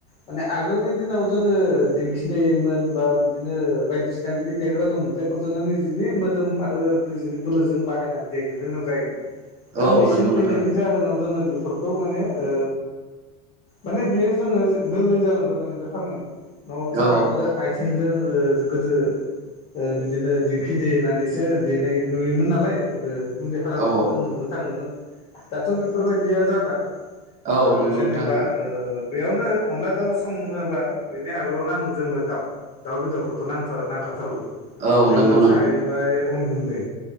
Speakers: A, on the left (about 35°); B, on the right (about 35°).
A: माने आगोलनि दिनाव जोङो दिंखि देयोमोन बा बिदिनो बायदिसिना बिदि देग्रा दंमोन जे खौ जोङो निजिनि मोदोम आरो निजिनि बोलोजों बाहायनानै देग्लिनो गोनां जायोमोन। दा
B: औ
A: मेसिन
B: नंगौ
A: फैनायनि
B: नोंथां
A: जाहोनाव जोङो बेफोरखौ माने ओ माने बेयो जोङो गोल्लै जालांबाय माने बे खामानिया। नङाबथ'
B: औ
A: आगोलो आइथेंजों ओ गोदो ओ बिदिनो दिं खि देनानैसो देनाय नुयोमोन नालाय ओ गुन्दै खालामनायखौ
B: औ
A: जों नुनो थाङोमोन। दाथ' बेफोरबायदिया जाला।
B: औ
A: ओ
B: नंगौ
A: जेनेबा
B: नोंथां
A: ओ बेयावनो अनला दाउ सङोबा बेनि आगोलाव नांगोन जोंनो दाउ। दाउ बेदरखौथ' नांथार नांखाथारगौ।
B: औ नोंगौ।
A: साहैबाय अन गुन्दै